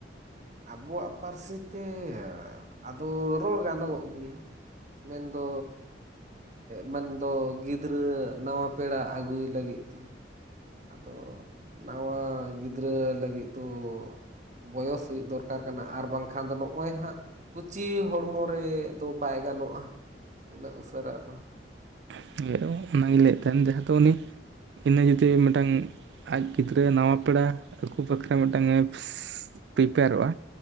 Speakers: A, on the right; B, on the right.
A: ᱟᱵᱚᱣᱟᱜ ᱯᱟᱹᱨᱥᱤ ᱛᱮ ᱟᱫᱚ ᱨᱚᱲ ᱜᱟᱱᱚᱜᱵᱚᱜ ᱜᱮᱭᱟ ᱾ ᱢᱮᱱᱫᱚ ᱢᱮᱱᱟᱱ ᱫᱚ ᱜᱤᱫᱽᱨᱟᱹ ᱱᱟᱣᱟ ᱯᱮᱲᱟ ᱟᱹᱜᱩᱭ ᱞᱟᱹᱜᱤᱫ ᱛᱮ ᱾ ᱟᱫᱚ ᱱᱟᱣᱟ ᱜᱤᱫᱽᱨᱟᱹ ᱞᱟᱹᱜᱤᱫ ᱫᱚ ᱵᱚᱭᱚᱥ ᱦᱩᱭᱩᱜ ᱫᱚᱨᱠᱟᱨ ᱠᱟᱱᱟ ᱟᱨ ᱵᱟᱝᱠᱷᱟᱱ ᱫᱚ ᱱᱚᱜᱼᱚᱭ ᱦᱟᱸᱜᱼᱼ ᱠᱩᱪᱤ ᱦᱚᱲᱢᱚ ᱨᱮ ᱫᱚ ᱵᱟᱭ ᱜᱟᱱᱚᱜᱼᱟ ᱩᱱᱟᱹᱜ ᱩᱥᱟᱹᱨᱟ ᱫᱚ ᱾
B: <unintelligible> ᱚᱱᱟᱜᱮᱧ ᱞᱟᱹᱭᱮᱫ ᱛᱟᱦᱮᱱ ᱡᱟᱦᱟᱸ ᱫᱚ ᱩᱱᱤᱼᱼ ᱤᱱᱟᱹ ᱡᱩᱫᱤ ᱢᱤᱫᱴᱟᱝ ᱟᱡ ᱜᱤᱫᱽᱨᱟᱹ ᱱᱟᱣᱟ ᱯᱮᱲᱟ ᱟᱜᱩ ᱵᱟᱠᱷᱨᱟ ᱢᱤᱫᱴᱟᱝᱮ <unintelligible> ᱯᱨᱤᱯᱮᱭᱟᱨᱚᱜᱼᱟ